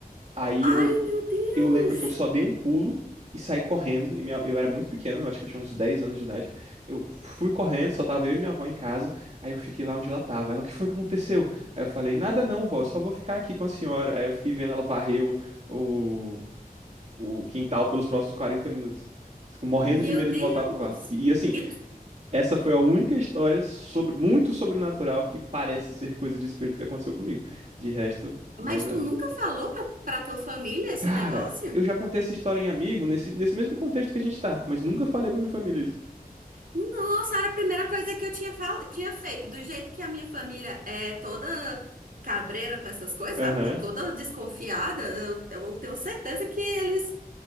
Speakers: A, on the right; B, on the right.
A: Aí
B: Ai,
A: eu
B: meu Deus!
A: eu lembro que eu só dei um pulo e saí correndo. E minha- eu era muito pequeno, eu acho que eu tinha uns 10 anos de idade. Eu fui correndo, só tava eu e minha avó em casa. Aí eu fiquei lá onde ela tava. Ela, o que foi que aconteceu? Aí eu falei, nada não, vó, só vou ficar aqui com a senhora. Aí eu fiquei vendo ela varrer o, o, o quintal pelos próximos 40 minutos. Fico Morrendo
B: Meu
A: de medo
B: Deus!
A: de voltar pro quarto. E, e, assim,
B: E tu-
A: essa foi a única história sobre muito sobrenatural que parece ser coisa de espírito que aconteceu comigo. De resto, mais
B: mas
A: nada.
B: tu nunca falou pra, pra tua família esse
A: Cara,
B: negócio?
A: eu já contei essa história em amigo, nesse, nesse mesmo contexto que a gente tá, mas nunca falei pra minha família isso.
B: Nossa, era a primeira coisa que eu tinha, fal- tinha feito. Do jeito que a minha família é toda cabreira com essas coisas,
A: Aham,
B: sabe? Tá Toda desconfiada, eu, eu tenho certeza que eles,